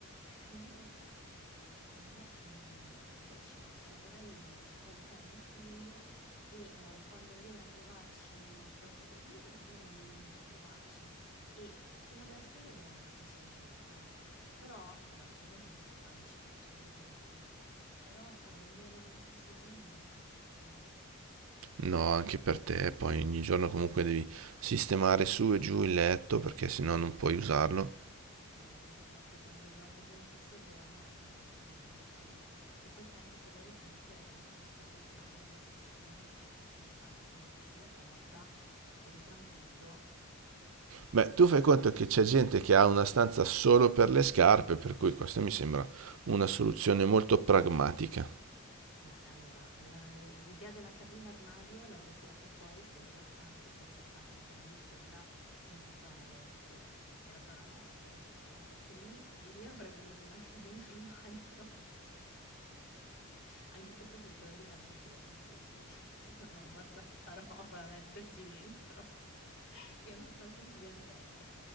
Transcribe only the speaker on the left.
Eh, Ma in realtà eh, non è mia, perché ci posso lavorare io, ci può giocare mio figlio e eh, quando viene a trovarci qualche... perché ogni tanto vengono degli amici a trovarci e eh, fino adesso li abbiamo messi in soggiorno. Però, allora, noi siamo ospitali, ci piace avere gente, però far dormire la gente in soggiorno non è il massimo.
Bravo, infatti quando già me gente in soggiorno, eh, il soggiorno non si usa. E poi sai anche per loro comunque è anche un discorso di privacy, secondo me se ci fosse una stanza comunque chiudi la porta, sei lì tranquillo.
No, e allora la- l'idea della cabina armadio l'avrei tirata fuori se la stanza fosse stata al piano di sopra nella zona letto, nella zona notte, ecco, perché lì, lì avrei voluto una cabina <laughs> armadio. Anche se poi ti dico la verità, non riuscirei a riempirla perché <laughs> non ho abbastanza roba da metterci dentro, <laughs> che è una stanza gigantesca.